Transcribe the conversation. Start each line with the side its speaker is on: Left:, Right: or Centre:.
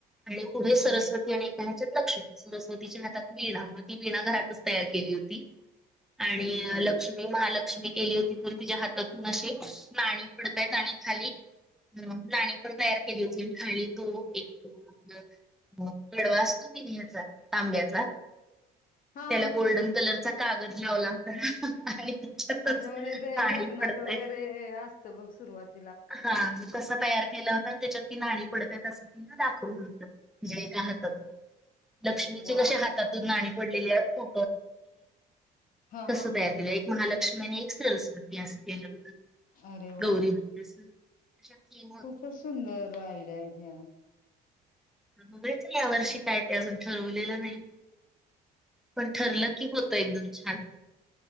Centre: आणि पुढे
Left: हम्म
Centre: सरस्वती आणि ह्याच्यात लक्ष सरस्वतीच्या हात वीणा व ती विणा घरातच तयार केली होती आणि
Left: अच्छा
Centre: लक्ष्मी महालक्ष्मी केली होती त तिच्या हातातून असे नाणी पडतय आणि खाली लाणी पण तयार केली होती आणि खाली तो एकतो आपलं हो गडवा असतो तिने हचा तांब्याचा
Left: हा
Centre: त्याला
Left: हा
Centre: गोल्डन
Left: हा
Centre: कलर
Left: हा
Centre: कागद लावला होता त्याच्यातच
Left: अच्छा म्हणजे
Centre: नाणी
Left: ते लग्नात
Centre: पडतायत
Left: वगैरे असतं बग सुरुवाती
Centre: हा कसं तयार केलं होतं आणि त्याच्यात ती नणी पडते असं ति दाखवलं होतं म्हणजे एका हातातून लक्ष्मीचे
Left: वा
Centre: कशा हातातून नाणी पडलेल्या
Left: हा
Centre: कस
Left: हा
Centre: तयार
Left: हा हा
Centre: केलं एक
Left: हा
Centre: महालक्ष्मी आणि एक सिरल्स इतिहास केलं होत
Left: अरे वा
Centre: गौरी इतिहास शक्य नाही.
Left: खूपच सुंदर आयडिया आहेत या.
Centre: बघाच या वर्षी काय ते अजून ठरवलेलं नाही. पण ठरलं की होतं एकदम छान.